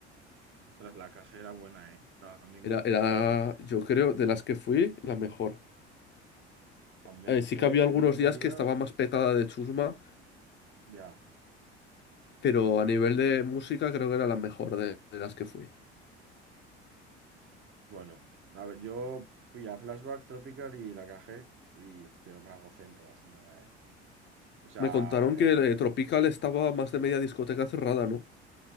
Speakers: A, on the right; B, on the left.
A: Ostras, la caja era buena, ¿eh? O sea, a mí me
B: Era,
A: gustó
B: era,
A: mucho la caja.
B: yo creo, de las que fui, la mejor.
A: A mí
B: Eh, sí
A: fue
B: que había algunos
A: el último
B: días
A: día,
B: que estaba más petada de chusma,
A: ya.
B: pero a nivel de música creo que era la mejor de, de las que fui.
A: Bueno, a ver, yo fui a Flashback Tropical y la cajé y yo me la gocé en todas, en verdad, ¿eh? O sea,
B: Me contaron
A: en-
B: que eh,
A: eh,
B: Tropical estaba más de media discoteca cerrada, ¿no?